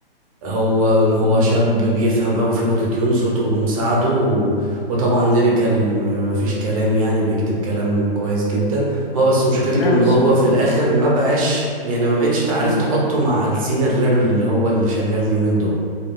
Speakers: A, on the right; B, on the left.
A: هو هو
B: مم.
A: شاب بيفهم قوي في الاوتوتيون صوته مساعده و...
B: مم.
A: وطبعا ليريكال مفيش كلام يعني بيكتب كلام كويس جدا هو بس مشكلته
B: لا
A: ان
B: بس
A: هو في الاخر ما بقاش يعني ما بقتش تعرف
B: مم.
A: تحطه مع السين الراب اللي هو اللي شغال اليومين دول